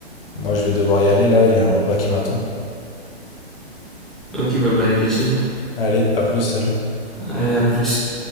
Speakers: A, on the left; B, in the centre.
A: Moi, je vais devoir y aller là, il y a un repas qui m'attend.
B: Ok, bah bon appétit. hein.
A: Allez, à plus, salut.
B: Allez, à plus.